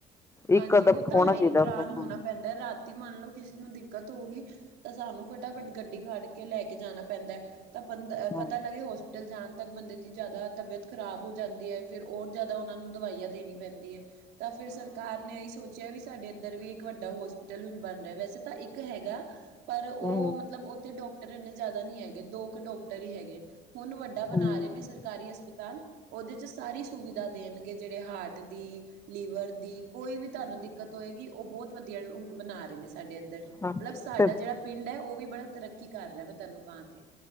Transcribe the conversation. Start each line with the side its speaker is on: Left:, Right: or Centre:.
Right: ਹਾਂਜੀ,
Left: ਇੱਕ ਅਦਬ
Right: ਉਹ ਤਾਂ
Left: ਹੋਣਾ
Right: ਹੈ ਹੀ
Left: ਚਾਹੀਦਾ
Right: ਬਰਾਨ
Left: ਉੱਥੇ ਹਾਂ
Right: ਹੋਣਾ ਪੈਂਦਾ, ਰਾਤ ਤੀ ਮੰਨ ਲਓ, ਕਿਸੇ ਨੂੰ ਦਿੱਕਤ ਹੋ ਗਈ, ਤਾਂ ਸਾਨੂੰ ਫਟਾਫਟ ਗੱਡੀ ਕੱਢ ਕੇ ਲੈ ਕੇ ਜਾਣਾ ਪੈਂਦਾ। ਤਾਂ ਬੰਦ
Left: ਹਮ
Right: ਪਤਾ ਲੱਗੇ ਹੋਸ ਪੀਟਲ ਜਾਾਣ ਤੱਕ ਬੰਦੇ ਦੀ ਜ਼ਿਆਦਾ ਤਬੀਅਤ ਖ਼ਰਾਬ ਹੋ ਜਾਂਦੀ ਹੈ, ਫਿਰ ਹੋਰ ਜ਼ਿਆਦਾ ਉਹਨਾਂ ਨੂੰ ਦਵਾਈਆਂ ਦੇਣੀ ਪੈਂਦੀ ਹੈ। ਤਾਂ ਫਿਰ ਸਰ ਮੈਂ ਸੋਚਿਆ ਵੀ ਸਾਡੇ ਇੱਧਰ ਵੀ ਇੱਕ ਵੱਡਾ ਹੋਸਪਿਟਲ ਹੁਣ ਬਣ ਰਿਹਾ, ਵੈਸੇ ਤਾਂ ਇੱਕ ਹੈਗਾ। ਪਰ ਉਹ
Left: ਹਮ
Right: ਮਤਲਬ ਉੱਥੇ ਡਾਕਟਰ ਇੰਨੇ ਜ਼ਿਆਦਾ ਨਹੀਂ ਹੈਗੇ, ਦੋ ਕੁ ਡਾਕਟਰ ਹੀ ਹੈਗੇ। ਹੁਣ ਵੱਡੇ ਬਣਾ
Left: ਹਮ
Right: ਰਹੇ ਨੇ ਸਰਕਾਰੀ ਹਸਪਤਾਲ। ਉਹਦੇ ਚ ਸਾਰੀ ਸੁਵਿਧਾ ਦੇਣਗੇ, ਜਿਹੜੇ ਹਾਰਟ ਦੀ ਲੀਵਰ ਦੀ, ਕੋਈ ਵੀ ਤੁਹਾਨੂੰ ਦਿੱਕਤ ਹੋਏਗੀ। ਉਹ ਬਹੁਤ ਵਧੀਆ ਹੁਣ ਬਣਾ ਰਹੇ ਨੇ ਸਾਡੇ ਇੱਧਰ।
Left: ਹਮ
Right: ਮਤਲਬ ਸਾਡਾ
Left: ਤੇ
Right: ਜਿਹੜਾ ਪਿੰਡ ਹੈ। ਉਹ ਵੀ ਬੜਾ ਤਰੱਕੀ ਕਰ ਰਿਹਾ, ਮੈਂ ਤੁਹਾਨੂੰ ਕਹਾਂ ਤੇ।